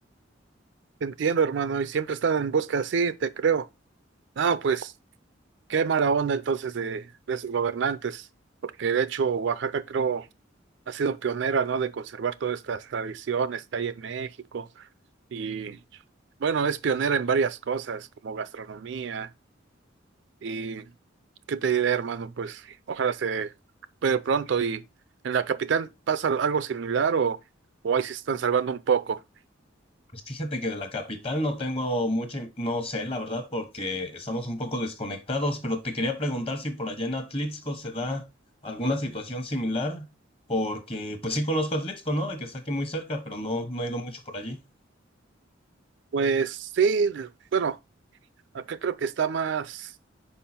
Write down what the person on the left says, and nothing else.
Pues fíjate que de la capital no tengo mucha, in- no sé, la verdad, porque estamos un poco desconectados, pero te quería preguntar si por allá en Atlixco se da alguna situación similar, porque pues sí conozco Atlixco, ¿no? De que está aquí muy cerca, pero no, no he ido mucho por allí.